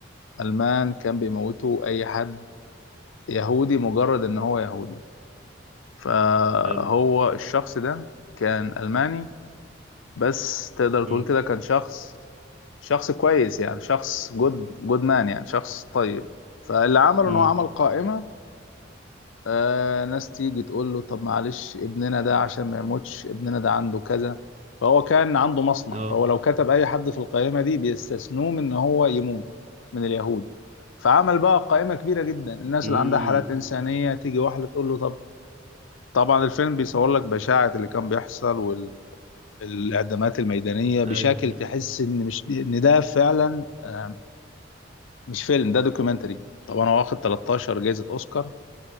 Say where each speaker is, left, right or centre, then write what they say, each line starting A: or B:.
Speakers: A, on the left; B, on the right.
A: الالمان كان بيموتوا اي حد يهودي مجرد ان هو يهودي فهو
B: حلو
A: الشخص ده كان الماني بس تقدر تقول
B: امم
A: كده كان شخص شخص كويس يعني شخص جود جود مان يعني شخص طيب فاللي عمله
B: امم
A: ان هو عمل قائمة آه ناس تيجي تقول له طب معلش ابننا ده عشان ما يموتش ابننا ده عنده كذا فهو كان عنده مصنع
B: اه
A: فهو لو كتب اي حد في القائمه دي بيستثنوه من ان هو يموت من اليهود فعمل بقى قائمه كبيره جدا الناس
B: امم
A: اللي عندها حالات انسانيه تيجي واحده تقول له طب طبعا الفيلم بيصور لك بشاعه اللي كان بيحصل والاعدامات الميدانيه بشكل
B: ايوه أيوه.
A: تحس ان مش ان ده فعلا آه، مش فيلم ده دوكيومنتري طبعا هو واخد 13 جائزه اوسكار